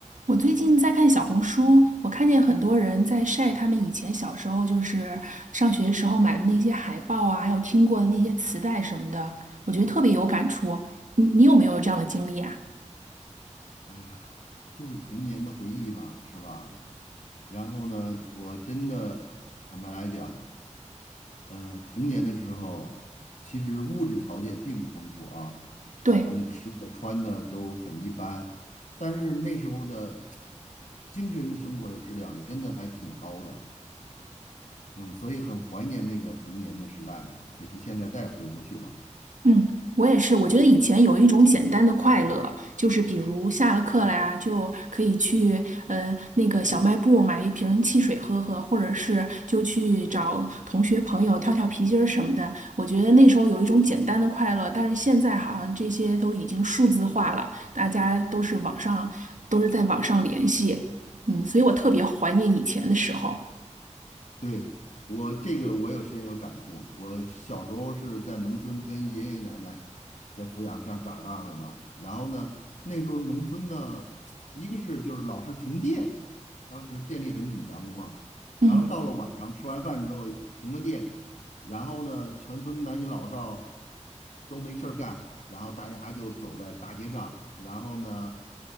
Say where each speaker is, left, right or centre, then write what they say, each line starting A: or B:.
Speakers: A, on the right (about 80°); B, on the left (about 65°).
A: 我最近在看小红书，我看见很多人在晒他们以前小时候，就是上学时候买的那些海报啊，还有听过的那些磁带什么的，我觉得特别有感触。你你有没有这样的经历啊？
B: 哎呀，就是童年的回忆吧，是吧？然后呢，我真的坦白来讲，呃，童年的时候，其实物质条件并不丰富啊，可能吃的穿的都很一般，
A: 对。
B: 但是那时候的精神生活的质量真的还挺高的，嗯，所以很怀念那个童年的时代，可惜现在再也回不去了。
A: 嗯，我也是。我觉得以前有一种简单的快乐，就是比如下了课了呀，就可以去呃那个小卖部买一瓶汽水喝喝，或者是就去找同学朋友跳跳皮筋儿什么的。我觉得那时候有一种简单的快乐，但是现在好像这些都已经数字化了，大家都是网上都是在网上联系，嗯，所以我特别怀念以前的时候。
B: 对，我这个我有深有感触。我小时候是在农村跟爷爷奶奶的抚养下长大的嘛。然后呢，那时候农村呢，<tsk> 一个是就是老是停电，当时电力很紧张嘛。
A: 嗯，
B: 然后到了晚上吃完饭之后停了电，然后呢，全村男女老少。都没事儿干，然后大家就走在大街上，然后呢，